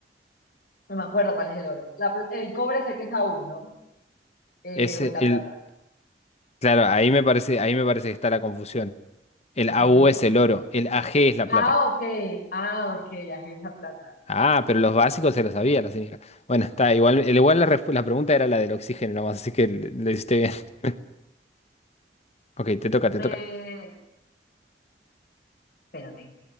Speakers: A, on the left; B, on the left.
A: no me acuerdo cuál es el oro. La pla- el cobre sé que es A1, ¿no? Eh,
B: Es
A: o
B: el,
A: es la plata.
B: claro, ahí me parece, ahí me parece que está la confusión. El AU
A: Ujú.
B: es el oro, el AG es la
A: Ah,
B: plata.
A: ok, ah, ok, ya es la plata.
B: Ah, pero los básicos se los sabía la señora. Bueno, está, igual, el- igual la, resp- la pregunta era la del oxígeno nomás, así que le, le hiciste bien. <laughs> Ok, te toca, te
A: Eh,
B: toca.
A: espérate,